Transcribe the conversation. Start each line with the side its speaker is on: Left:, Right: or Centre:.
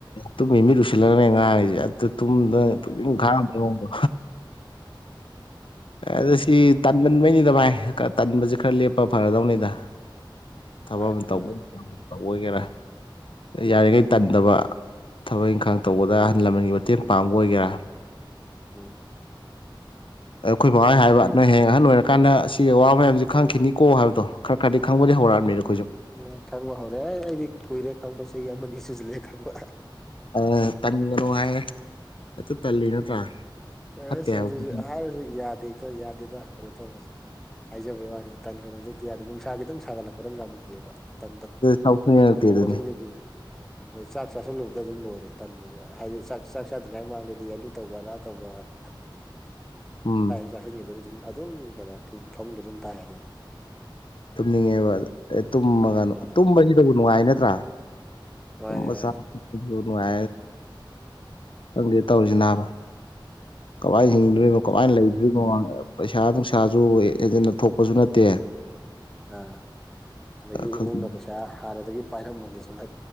Left: ꯇꯨꯝꯃꯤ ꯃꯤꯠ ꯂꯨꯁꯤꯜꯂꯒꯅꯤ ꯉꯥꯡꯉꯁꯦ ꯑꯗꯨ ꯇꯨꯝꯗꯥꯡ
Centre: ꯃꯥꯅꯤ ꯃꯥꯅꯤ
Left: ꯗꯣ ꯑꯦ ꯑꯗ ꯁꯤ ꯇꯟꯃꯟꯕꯩꯅꯤꯗ ꯚꯥꯏ ꯇꯟꯕꯁꯤ ꯈꯔ ꯂꯦꯞꯄ ꯐꯔꯗꯧꯅꯤꯗ
Centre: <unintelligible>
Left: ꯊꯕꯛ ꯑꯃ ꯇꯧꯕ
Centre: ꯃꯥꯅꯤ
Left: ꯇ ꯑꯣꯏꯒꯦꯔꯥ ꯌꯥꯔꯤꯈꯩ ꯇꯟꯗꯕ ꯊꯕꯛ ꯏꯪꯈꯥꯡ ꯇꯧꯕꯗ ꯑꯍꯜ ꯂꯃꯟꯒꯤ ꯃꯇꯦꯡ ꯄꯥꯡꯕ ꯑꯣꯏꯒꯦꯔꯥ
Centre: ꯎꯝ
Left: ꯑꯩꯈꯣꯏ ꯕꯕꯥ ꯍꯥꯏꯕ ꯅꯣꯏ ꯍꯌꯦꯡ ꯑꯍꯟ ꯑꯣꯏꯔꯀꯥꯟꯗ ꯑꯁꯤꯒꯤ ꯑꯋꯥ ꯃꯌꯥꯝꯁꯦ ꯈꯪꯈꯤꯅꯤꯀꯣ ꯍꯥꯏꯕꯗꯣ ꯈꯔ ꯈꯔꯗꯤ ꯈꯪꯕꯗꯤ ꯍꯧꯔꯛꯑꯅꯤꯅ ꯑꯩꯣꯏꯁꯨ
Centre: ꯎꯝ ꯈꯪꯕ ꯍꯧꯔꯦ ꯑꯦ ꯑꯩꯗꯤ ꯀꯨꯏꯔꯦ ꯈꯪꯕ ꯆꯍꯤ ꯑꯃꯅꯤ ꯁꯨꯖꯜꯂꯦ ꯈꯪꯕ
Left: ꯑ ꯇꯟꯒꯅꯨ ꯍꯥꯏ ꯑꯛꯇ ꯇꯜꯂꯤ ꯅꯠꯇ꯭ꯔꯥ
Centre: ꯑꯦꯁ
Left: ꯐꯠꯇꯦ ꯍꯥꯏꯕ
Centre: ꯑꯗꯨꯁꯨ ꯍꯥꯏꯔꯁꯨ ꯌꯥꯗꯦꯦꯛꯇ ꯌꯥꯗꯦꯗ ꯀꯩꯅꯣ ꯇꯧꯕꯁꯦ ꯍꯥꯏꯖꯕꯩ ꯋꯥꯅꯤ ꯇꯟ ꯀꯩꯅꯣꯁꯛꯇꯤ ꯌꯥꯗꯦ ꯅꯨꯡꯁꯥ ꯈꯤꯇꯪ ꯁꯥꯒꯠꯂꯛꯄꯗꯪ ꯉꯝꯗꯦꯕ ꯇ
Left: ꯆꯥꯎꯊꯅꯤꯡꯉꯛꯇꯦ
Centre: ꯂ
Left: ꯑꯗꯨꯅꯦ
Centre: ꯑꯗꯨꯝ ꯂꯩ ꯄꯅꯦ ꯍꯣꯏ ꯆꯥꯛ ꯆꯥꯁꯤꯜꯂꯨꯕꯗ ꯑꯗꯨꯝ ꯂꯣꯏꯔꯦ ꯇꯟꯕꯗ ꯍꯥꯏꯗꯤ ꯆꯥꯛ ꯆꯥꯛ ꯆꯥꯗ꯭ꯔꯤꯉꯩ ꯃꯥꯡꯗꯗꯤ ꯑꯗꯨ ꯇꯧꯕ ꯈꯅꯤꯁ
Left: ꯎꯝ
Centre: ꯆꯥꯛꯁꯤꯟꯕ ꯑꯗꯨꯝ ꯑꯗꯨꯝ ꯀꯩꯅꯣ ꯐꯣꯡꯗꯣ ꯑꯗꯨꯝ ꯇꯥꯏ ꯑꯗꯨꯗꯤ
Left: ꯇꯨꯝꯅꯤꯡꯉꯦꯕ ꯑꯦ ꯇꯨꯝꯃꯒꯅ
Centre: ꯍꯣꯏ ꯍꯣꯏ
Left: ꯇꯨꯝꯕꯁꯤꯗꯕꯨ ꯅꯨꯡꯉꯥꯏ ꯅꯠꯇ꯭ꯔꯥ
Centre: ꯃꯥꯅꯦ
Left: ꯇꯝꯕ
Centre: ꯃꯥꯅꯦ
Left: ꯁꯥꯐꯅꯨꯡꯉ ꯈꯪꯗꯦ ꯇꯧꯔꯤꯁꯤ ꯕ ꯀꯃꯥꯏꯅ ꯍꯤꯡꯗꯣꯔꯤꯅꯣ
Centre: ꯑꯗꯨꯅꯦ
Left: ꯀꯃꯥꯏꯅ ꯂꯩꯗꯣꯔꯤꯅꯣ ꯄꯩꯁꯥ ꯅꯨꯡꯁꯥꯁꯨ ꯍꯖꯟꯅ ꯊꯣꯛꯄꯁꯨ ꯅꯠꯇꯦ
Centre: ꯑꯥ ꯑꯗꯨꯗꯒꯤ
Left: ꯈꯪꯗꯦ
Centre: ꯏꯃꯨꯡꯅ ꯄꯩꯁꯥ ꯍꯥꯥꯟꯔꯗꯒꯤ ꯄꯥꯏꯔꯃꯅꯤꯁꯤꯅ